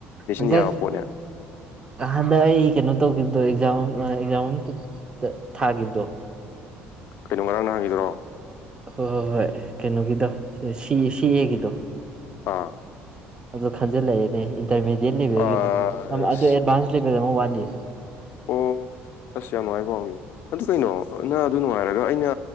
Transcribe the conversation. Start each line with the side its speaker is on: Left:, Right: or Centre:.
Right: ꯑꯗ
Left: ꯌꯥꯕ ꯄꯣꯠꯅꯦ
Right: ꯑꯗ ꯑꯩ ꯀꯩꯅꯣ ꯇꯧꯈꯤꯕꯗꯣ ꯑꯦꯛꯖꯥꯝ ꯑꯦꯛꯖꯥꯝ ꯑꯇ ꯊꯥꯈꯤꯕꯗꯣ
Left: ꯀꯩꯅꯣ ꯉꯔꯥꯡ ꯅ ꯍꯥꯡꯈꯤꯗ꯭ꯔꯣ
Right: ꯍ ꯍꯣꯏ ꯍꯣꯏ ꯑꯦ ꯀꯩꯅꯣꯒꯤꯗ ꯁꯤ ꯁꯤ ꯑꯦꯒꯤꯗꯣ
Left: ꯑꯥ
Right: ꯑꯗꯨ ꯈꯪꯟꯖꯂꯅꯦ ꯏꯟꯇꯔꯗꯤꯠ ꯂꯩꯕꯒꯤꯗꯣ
Left: ꯑꯁ
Right: ꯑꯦꯗꯚ ꯀꯖꯝ ꯋꯥꯂꯤ
Left: ꯑꯣ ꯑꯁ ꯌꯥꯝꯅꯅꯨꯡꯥꯏꯕꯅꯤ ꯑꯗꯨ ꯀꯩꯅꯣ ꯅꯪ ꯑꯗꯨ ꯅꯨꯡꯉꯥꯏꯔꯒ ꯑꯩꯅ